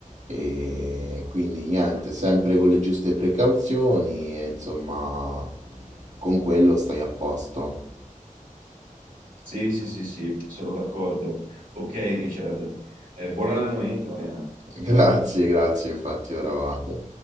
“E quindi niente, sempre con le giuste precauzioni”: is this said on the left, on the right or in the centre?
Right